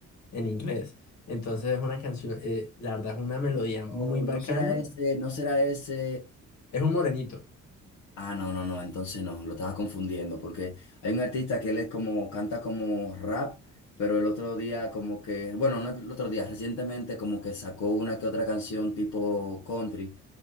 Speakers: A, on the left (about 65°); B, on the left (about 85°).
A: en inglés. Entonces es una canción, eh, la verdad es una melodía muy
B: O
A: bacana.
B: no será ese, no será ese.
A: Es un morenito.
B: Ah, no, no, no, entonces no, lo estaba confundiendo, porque hay un artista que él es como, canta como rap, pero el otro día como que, bueno, no el otro día, recientemente como que sacó una que otra canción tipo country.